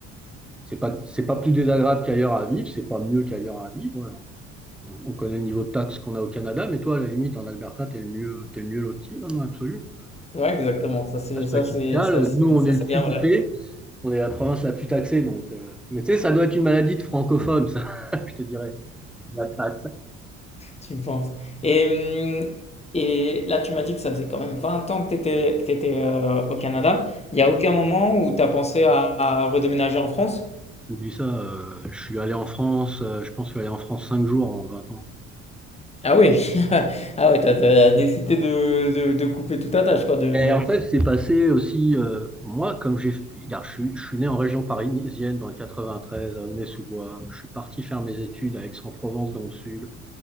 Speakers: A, in the centre; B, on the left.
A: c'est pas, c'est pas plus désagréable qu'ailleurs à vivre, c'est pas mieux qu'ailleurs à vivre. voilà. On, on connaît le niveau de taxes qu'on a au Canada, mais toi, à la limite, en Alberta, t'es le mieux, t'es le mieux loti, non, non, absolu.
B: Ouais, exactement. Ça, c'est
A: Taxe
B: ça, c'est
A: fiscale,
B: ça, c'est
A: nous, on
B: ça,
A: est
B: c'est
A: le plus
B: bien vrai.
A: taxé, on est la province la plus taxée, donc. euh, Mais tu sais, ça doit être une maladie de francophone, ça, <laughs> je te dirais, la taxe.
B: Tu le penses. Et, hum, et là, tu m'as dit que ça faisait quand même 20 ans que tu étais, au Canada. Il n'y a aucun moment où tu as pensé à, à redéménager en France?
A: Oublie ça, euh, je suis allé en France, euh, je pense que je suis allé en France cinq jours en 20 ans.
B: Ah oui! <laughs> Ah ouais, t'as as décidé de de de couper toute attache quoi, de
A: Et en fait, c'est passé aussi, euh, moi, comme j'ai, regarde, je, suis je suis né en région parisienne dans le 93, à Aulnay-sous-Bois. Je suis parti faire mes études à Aix-en-Provence dans le sud.